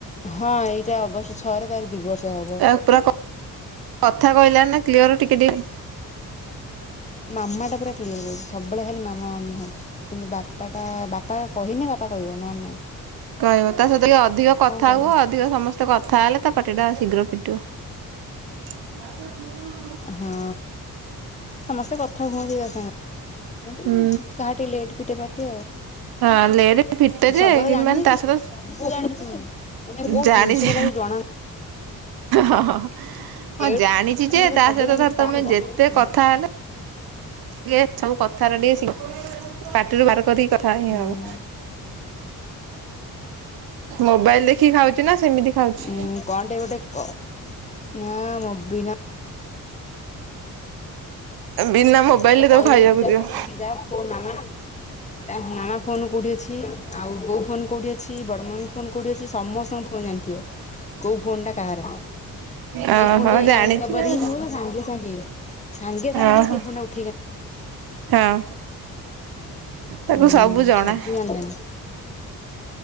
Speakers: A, on the left; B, on the right.
A: ହଁ ଏଇଟା ଅଗଷ୍ଟ ଛଅରେ ତାର ଦୁଇବର୍ଷ ହବ।
B: ତା ପୁରା କ କଥା କହିଲା ନା କ୍ଲିଅର ଟିକେ ଟିକ
A: ମାମା ଟା ପୁରା କ୍ଲିୟର କହୁଚି। ସବୁଳେ ଖାଲି ମାମା ମାମା ହଉଚି। କିନ୍ତୁ ବାପା ତା ବାପା କହିନି ବାପା କହବ ନଲେ ନାଇଁ।
B: କହିବ ତା ସହିତ କି ଅଧିକ କଥା
A: କହିବ
B: ହୁଅ ଅଧିକ ସମସ୍ତେ କଥା ହେଲେ ତା ପାଟି ଟା ଶୀଘ୍ର ଫିଟିବ। <unintelligible>
A: ହଁ ସମସ୍ତେ କଥା ହୁଅନ୍ତି ତା ସାଙ୍ଗ କ କାହାର
B: ହୁଁ।
A: ଟିକେ ଲେଟ ଫିଟେ ପାଟି ଆଉ।
B: ହଁ ଲେଟ୍ ଫିଟେ ଯେ
A: ସବୁ କଥା
B: କିନ୍ତୁ
A: ଜାଣୁନି
B: ମାନେ ତା
A: କି
B: ସହିତ
A: ସବୁ ଜାଣିଚି। ମାନେ କୋଉ
B: ଜାଣିଛି
A: ଜିନିଷ ଟା ତାକୁ ଜଣାନାହିଁ
B: ହଁ
A: ଏଠୁ
B: ଜାଣିଚି ଯେ ତା
A: ସବୁ
B: ସହିତ
A: ଜାଣିକି
B: ଧର
A: ପାଟି
B: ତମେ
A: ତାଟିକି
B: ଯେତେ କଥା ହେଲେ ଲେ ସବୁ କଥାଟା ଟିକେ ପାଟିରୁୁ ବାହାର କରିକି କଥା ହେଇ
A: ହୁଁ
B: ହବ। ମୋବାଇଲ ଦେଖିକି ଖାଉଚି ନା ସେମିତି? ଖାଉଛି
A: ଉଁ କଣ ଟା ଗୋଟେ କ ନା ମୁ ବିନା
B: ବିନା ମୋବାଇଲରେ
A: କହିବୁ
B: ତାକୁ ଖାଇବାକୁ
A: ଯଦି ଯାହା
B: ଦିଅ।
A: <unintelligible> ତା ମା ଫୋନ୍ କଉଁଠି ଅଛି ଆଉ ବୋଉ ଫୋନ୍ କଉଁଠି ଅଛି ବଡ଼ମା ଙ୍କ ଫୋନ୍ କଉଁଠି ଅଛି ସମସ୍ତଙ୍କ ହଁ ଜାଣିଥିବ କଉଁ ଫୋନ୍ଟା କାହାର?
B: ଓହୋ
A: ସେଇ ଫୋନ୍ ଟା ଯା
B: ଜାଣିଛି
A: ଆଣିବୁ ବରି
B: ଆଉ
A: ସାଙ୍ଗେ ସାଙ୍ଗେ ସାଙ୍ଗେ ସାଙ୍ଗେ
B: ଓହୋ
A: ଯିବ ସେଇ ଫୋନ୍ ଟା ଉଠ
B: ହଁ ତାକୁ
A: ହୁଁ
B: ସବୁ ଜଣା।
A: <unintelligible>